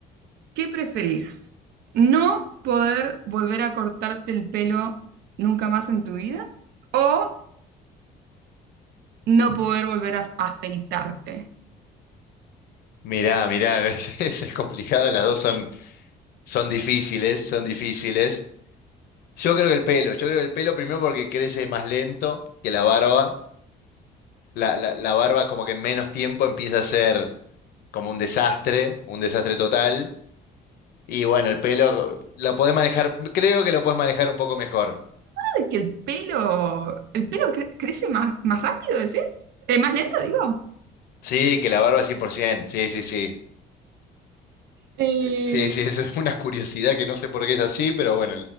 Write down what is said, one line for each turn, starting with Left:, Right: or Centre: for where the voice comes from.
Right: ¿qué preferís? ¿No poder volver a cortarte el pelo nunca más en tu vida o no poder volver a afeitarte?
Left: Mirá, mirá, <laughs> es, es es complicado, las dos son, son difíciles, son difíciles. Yo creo que el pelo, yo creo que el pelo primero porque crece más lento que la barba. La, la, la barba como que en menos tiempo empieza a ser como un desastre, un desastre total. Y bueno, el pelo lo podés manejar, creo que lo podés manejar un poco mejor.
Right: de que el pelo, el pelo cre- crece más, más rápido, decís? Eh, ¿más lento, digo?
Left: Sí, que la barba 100%, sí, sí, sí.
Right: Eh,
Left: Sí, sí, eso es una curiosidad que no sé por qué es así, pero bueno,